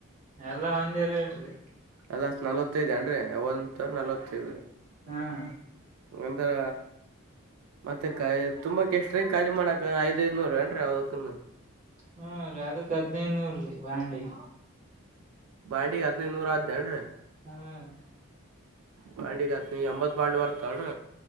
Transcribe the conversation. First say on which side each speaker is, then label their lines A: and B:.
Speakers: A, on the right; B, on the right.
A: ಎಲ್ಲಾ ಒಂದಿರು ಹೇಳೇಡ್ರಿ
B: ಅಲ್ಲಷ್ಟ ನವತ್ತೈದುೇಣ ಒತ್್ರ ನಲ್ವತ್ತು್ರೆ
A: ಹ್ಮ್
B: ಒಂತರ ಮತ್ತೆ ಕ ತುಂಬಾಕ್ಕೆ ಎಷ್ಟ ರೀ ಕಾಲಲಿ ಮಣಾ ಐದುಐನೂರು ಏ್ರ ಅವದು
A: ಹ್ಮ ರೀ ಅದಕ್ ಹದ್ಿನೈನೂರ ರೀ ಬಾಂಡಿ
B: ಬಾಂಡಿಗೆಗ್ ಹದಿನೈದುನೂರ ಹ ಆದ್ದೇನ್ರೀ
A: ಹ್ಮ್
B: ಬಾಂಡಿಗತ್ನ ಎಂಬತ್ ಬಾಂಡ್ ಬರ್ತಳರ